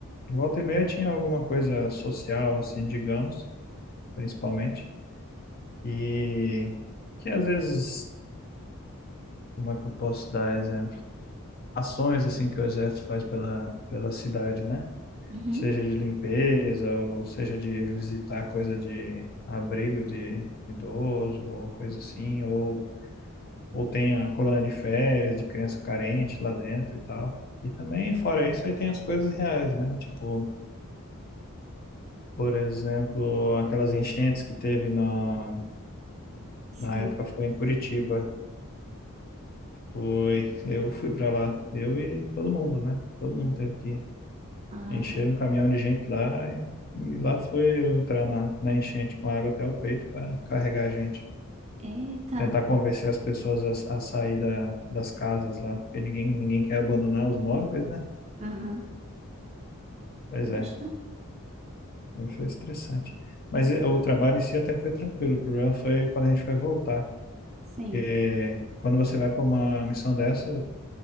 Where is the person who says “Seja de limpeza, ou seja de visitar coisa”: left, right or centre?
Left